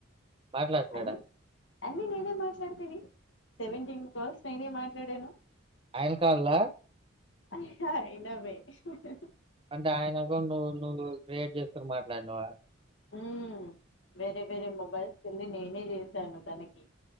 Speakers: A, on the right; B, on the left.
A: మాట్లాడట్లేడా?
B: అన్ని అన్ని నేనే మాట్లాడతని సెవెంటీన్ కల్స్ నేనే మాట్లాడేను
A: ఆయన కాల్లా
B: అయ్యా ఇన్డవే హ్హ్హ్
A: అంటే ఆయన అకౌంట్ నువ్వు నువ్వు క్రియేట్ చేసుకుని మాట్లాడినావా?
B: ఉమ్ వేరే వేరే మొబైల్స్ కింది నేనే చేసాను తనకి